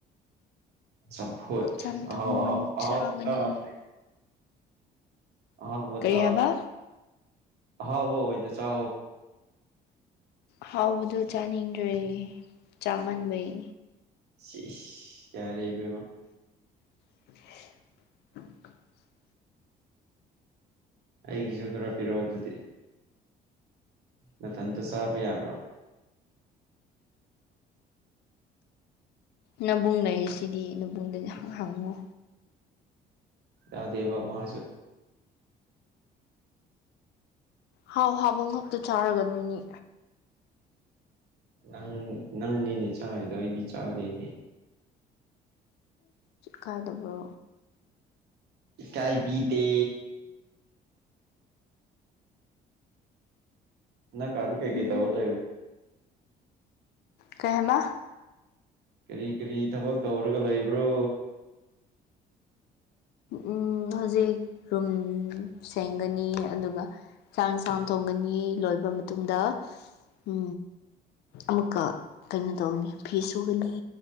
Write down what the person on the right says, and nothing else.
ꯆꯐ
ꯑꯍꯥꯎ ꯑꯥꯎ
ꯑꯍꯥꯎ ꯍꯥꯎ ꯋꯥ
ꯆ
ꯍꯥꯎ ꯋꯥꯅꯦ ꯆ
ꯁꯤ ꯌꯥꯔꯦ ꯏꯕꯕ
ꯑꯩꯒꯤꯁꯨ ꯈꯔ ꯄꯤꯔꯛꯑꯣ ꯑꯗꯨꯗꯤ ꯃꯊꯟꯇ ꯆꯥꯕ ꯌꯥꯕ꯭ꯔꯥ
ꯌꯥꯗꯦꯕ ꯃꯥꯁꯨ
ꯅꯪ ꯅꯪꯅꯦꯅꯦ ꯆꯥ ꯍꯥꯏꯗꯣ ꯑꯩꯗꯤ ꯆꯥꯗꯦꯅꯦ
ꯀꯥꯏ ꯤꯇꯦ ꯅ ꯀꯥꯟꯅꯤ ꯀꯩ ꯀꯩ
ꯇꯧꯂ
ꯀꯔꯤ ꯀꯔꯤ ꯊꯕꯛ ꯇꯧꯔꯒ ꯂꯩꯕ꯭ꯔꯣ <inaudible>